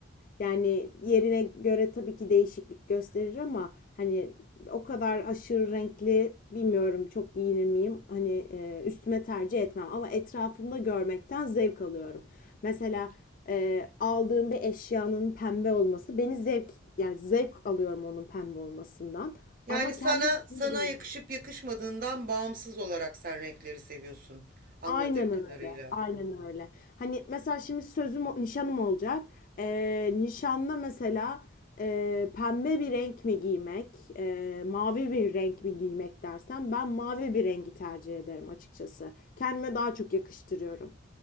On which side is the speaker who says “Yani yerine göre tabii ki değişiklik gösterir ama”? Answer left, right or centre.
Left